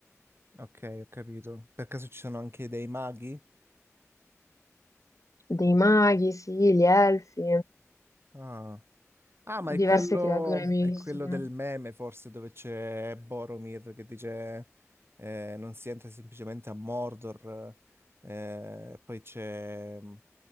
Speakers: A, on the right; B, on the left.
A: Ok, ho capito. Per caso ci sono anche dei maghi?
B: dei maghi, sì, gli elfi,
A: Ah. Ah, ma è
B: diverse
A: quello,
B: creature mistiche.
A: è quello del meme, forse, dove c'è Boromir che dice eh, non si entra semplicemente a Mordor. eh, poi c'è